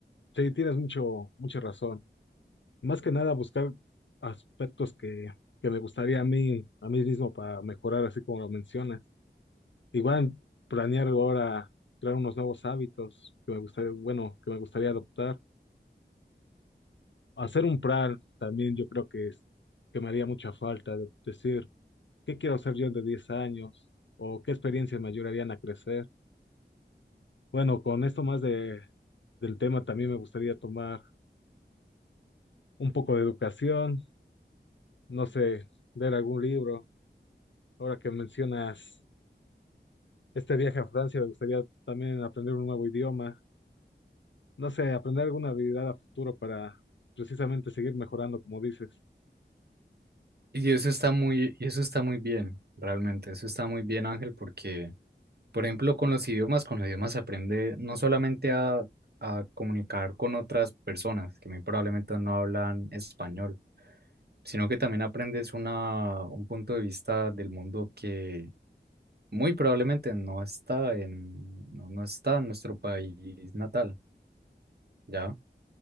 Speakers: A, on the left (about 80°); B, on the right (about 60°).
A: Sí, tienes mucho, mucha razón. Más que nada buscar aspectos que, que me gustaría a mí, a mí mismo para mejorar, así como lo mencionas. Igual planear ahora crear unos nuevos hábitos que me gustaría, bueno, que me gustaría adoptar Hacer un plan también yo creo que, es- que me haría mucha falta. de- Decir, ¿qué quiero hacer yo de 10 años? ¿O qué experiencias me ayudarían a crecer? Bueno, con esto más de, del tema también me gustaría tomar un poco de educación, no sé, leer algún libro. Ahora que mencionas este viaje a Francia, me gustaría también aprender un nuevo idioma. No sé, aprender alguna habilidad a futuro para precisamente seguir mejorando, como dices.
B: Y eso está muy, y eso está muy bien, realmente. Eso está muy bien, Ángel, porque Por ejemplo, con los idiomas, con los idiomas se aprende no solamente a, a comunicar con otras personas que muy probablemente no hablan español, sino que también aprendes una, un punto de vista del mundo que muy probablemente no está en, no, no está en nuestro país natal, ¿ya?